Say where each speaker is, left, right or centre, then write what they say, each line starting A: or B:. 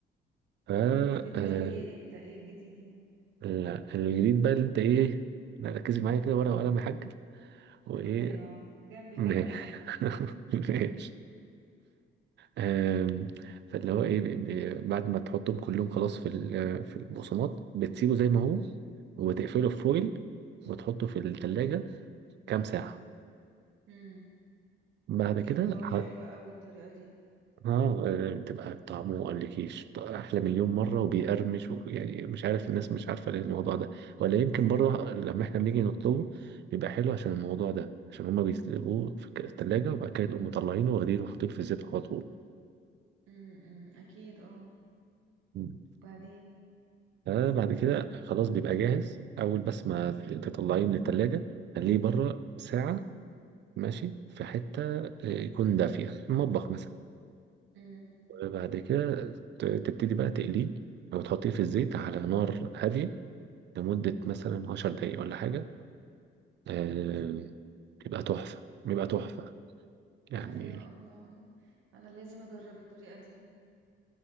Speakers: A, on the right; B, on the right.
A: ف
B: امال بتعمل
A: آه،
B: ايه انت ايه الجديد يعني
A: لا الجديد بقى اللي انت ايه لا ركزي معايا كده ورقة وقلم يا حاجة وايه
B: انا جايبه اهو جنبي الورقة
A: <laughs> ماشي
B: والقلم
A: آم، فاللي هو ايه بي- بي- بعد ما تحطهم كلهم خلاص في ال- في البقسماط بتسيبه زي ما هو وتقفله في فويل وتحطه في التلاجة
B: مهم.
A: كام ساعة
B: مم.
A: بعد كده
B: الله
A: ح...
B: حلوة
A: اه
B: قوي الطريقة دي
A: آه، بتبقى طعمه مقلكيش احلى مليون مرة وبيقرمش و... يعني مش عارف الناس مش عارفة ليه الموضوع ده ولا يمكن بره
B: مم.
A: لما احنا بنيجي نطلبه بيبقى حلو عشان الموضوع ده عشان هما بيسيبوه في التلاجة وبعد كده يقوموا مطلعينه واخدينه وحاطينه في الزيت على طول
B: مم. اكيد اه
A: مم.
B: وبعدين
A: آه بعد كده خلاص بيبقى جاهز اول بس ما تطلعيه من التلاجة خليه بره ساعة ماشي في حتة آه، يكون دافية المطبخ مثلا
B: مم.
A: وبعد كده ت- تبتدي بقى تقليه او تحطيه في الزيت على نار هادية لمدة مثلا عشر دقايق ولا حاجة آه
B: مم.
A: بيبقى تحفة بيبقى تحفة يعني
B: ايوه الله انا لازم اجرب الطريقة دي